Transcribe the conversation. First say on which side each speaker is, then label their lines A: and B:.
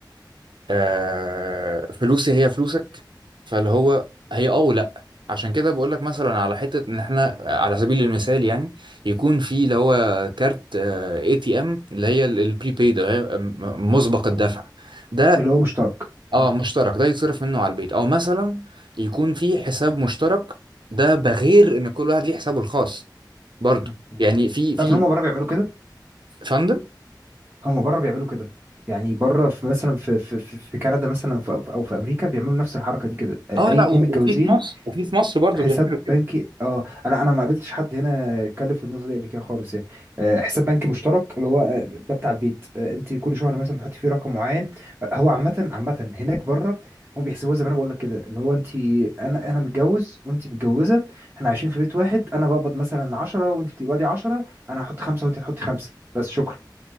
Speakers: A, on the right; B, on the right.
A: آه، فلوسي هي فلوسك فاللي هو هي اه ولا عشان كده بقول لك مثلا على حته ان احنا على سبيل المثال يعني يكون في اللي هو كارت اي تي ام اللي هي البريبيد اللي هي م- مسبق الدفع ده
B: اللي هو مشترك
A: اه
B: مم.
A: مشترك ده يتصرف منه على البيت او مثلا يكون في حساب مشترك ده بغير ان كل واحد ليه حسابه الخاص برضه
B: مم. مم.
A: يعني في في
B: تعرف ان هم بره بيعملوا كده
A: فندم
B: هم بره بيعملوا كده يعني بره في مثلا في في في في كندا مثلا في- او في امريكا بيعملوا نفس الحركه دي كده اي
A: اه لا
B: اتنين
A: و-
B: متجوزين
A: وفي في مصر وفي في مصر برضه
B: حساب
A: بيعملوا كده
B: بنكي اه انا انا ما قابلتش حد هنا اتكلم في النقطه دي قبل كده خالص يعني آه، حساب بنكي مشترك اللي هو آه، ده بتاع البيت آه، انت كل شهر مثلا بتحطي فيه رقم معين آه، هو عامه عامه هناك بره هم بيحسبوها زي ما انا بقول لك كده اللي هو انت انا انا متجوز وانت متجوزه احنا عايشين في بيت واحد انا بقبض مثلا 10 وانت بتقبضي 10 انا هحط خمسه وانت تحطي خمسه بس شكرا